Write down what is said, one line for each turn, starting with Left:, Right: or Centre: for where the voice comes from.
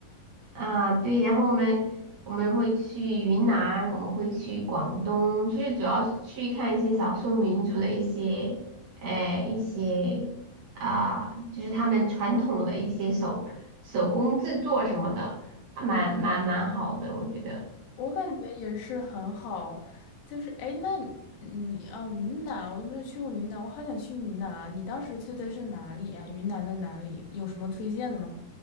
Right: 啊，对，然后我们我们会去云南，我们会去广东，就是主要是去看一些少数民族的一些，呃，一些啊、就是他们传统的一些手手工制作什么的，还蛮蛮蛮好的，我觉得。
Left: 我感觉也是很好，就是哎，诶那你啊，云南我都没有去过云南，我好想去云南啊。你当时去的是哪里呀？云南在哪里？有什么推荐的吗？